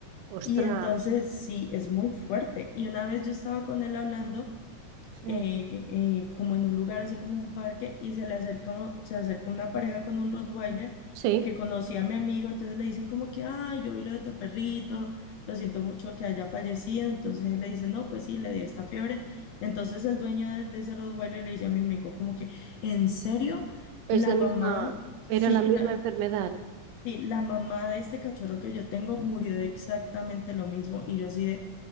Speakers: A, on the right; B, on the left.
A: ostras,
B: Y entonces sí, es muy fuerte. Y una vez yo estaba con él hablando
A: sí,
B: eh, eh, como en un lugar así como un parque y se le acerca, uno- se acerca una pareja con un Rottweiler
A: sí,
B: que conocía a mi amigo, entonces le dicen como que, ay, yo vi lo de tu perrito, lo siento mucho que haya fallecido, entonces él le dice, no, pues sí, le dio esta fiebre, entonces el dueño de, de ese Rottweiler le dice a mi amigo como que, ¿en serio?
A: es
B: La
A: la
B: mamá,
A: misma,
B: sí,
A: era la misma
B: la...
A: enfermedad.
B: Sí, la mamá de este cachorro que yo tengo murió de exactamente lo mismo y yo así de,